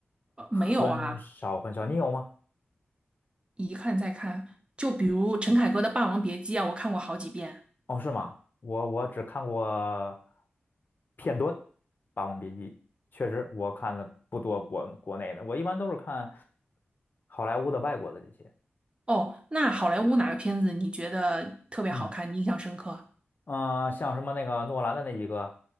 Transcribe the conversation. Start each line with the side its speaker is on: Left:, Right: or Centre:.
Right: 呃没有啊，
Left: 很少很少。你有吗？
Right: 一看再看。就比如陈凯歌的《霸王别姬》啊，我看过好几遍。
Left: 哦，是吗？我我只看过片段《霸王别姬》，确实我看的不多国国内的，我一般都是看好莱坞的、外国的这些。
Right: 哦，那好莱坞哪个片子你觉得特别好看，
Left: 嗯。
Right: 你印象深刻？
Left: 嗯、呃像什么那个诺兰的那几个，